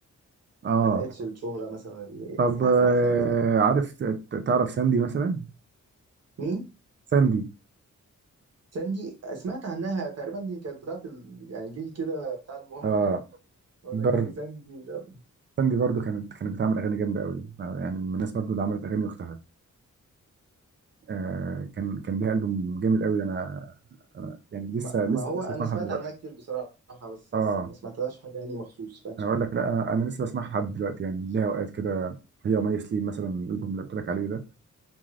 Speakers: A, on the right (about 40°); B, on the right (about 55°).
A: اه
B: ما لقتش الشهرة مثلا اللي
A: طب
B: تستحقها
A: آه،
B: فاهم
A: عارف ت- تعرف ساندي مثلا
B: مين
A: ساندي
B: ساندي سمعت عنها تقريبا دي كانت بتاعت ال... يعني جيل كده بتاع المراهقة
A: اه
B: ال- اقول
A: برضه
B: لك دي ساندي مش عارف
A: ساندي برضه كانت كانت بتعمل اغاني جامده قوي يعني من الناس برضه اللي عملت اغاني واختفت آه كان كان ليها البوم جامد قوي انا يعني لسه
B: ما,
A: لسه
B: ما هو
A: لسه
B: انا
A: بسمعها
B: سمعت
A: لحد دلوقتي
B: عنها كتير بصراحه بس
A: اه
B: آه، ما سمعتلهاش حاجه يعني مخصوص فاهم
A: انا بقول لك لا انا أنا لسه بسمعها لحد دلوقتي يعني ليها اوقات كده هي ومي سليم مثلا الالبوم اللي قلت لك عليه ده